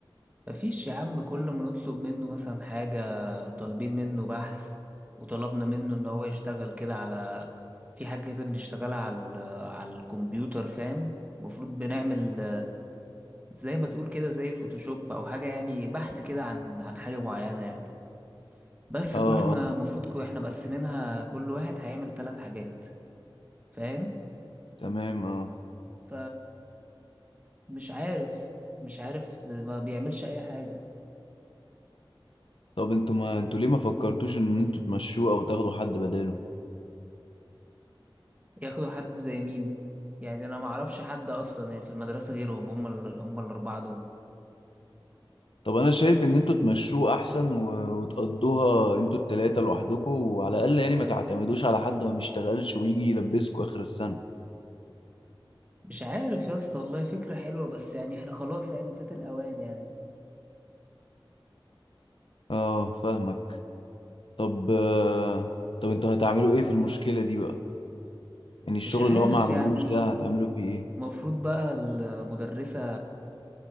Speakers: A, on the right; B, on the left.
A: مفيش يا عم كل ما نطلب منه مثلا حاجه طالبين منه بحث وطلبنا منه ان هو يشتغل كده على في حاجه كده بنشتغلها على ال- على الكمبيوتر فاهم المفروض بنعمل زي ما تقول كده زي فوتوشوب او حاجه يعني بحث كده عن عن حاجه معينه يعني بس
B: اه
A: كل ما
B: اه
A: المفروض كو- احنا مقسمينها كل واحد هيعمل ثلاث حاجات فاهم
B: تمام اه
A: ف مش عارف مش عارف ما بيعملش اي حاجه
B: طب انتوا ما انتوا ليه ما فكرتوش ان انتوا تمشوه او تاخدوا حد بداله
A: ياخدوا حد زي مين يعني انا ما اعرفش حد اصلا يعني في المدرسه غيرهم هم ال... هم الاربعه دول
B: طب انا شايف ان انتوا تمشوه احسن و- وتقضوها انتوا التلاتة لوحدكم وعلى الاقل يعني ما تعتمدوش على حد ما بيشتغلش ويجي يلبسكوا اخر السنة
A: مش عارف يا اسطى والله فكره حلوه بس يعني احنا خلاص يعني فات الاوان يعني
B: اه فاهمك طب آه، طب انتوا هتعملوا ايه في المشكلة دي بقى يعني الشغل
A: مش عارف
B: اللي هو ما عملوش
A: يعني
B: ده هتعملوا فيه ايه
A: المفروض بقى المدرسه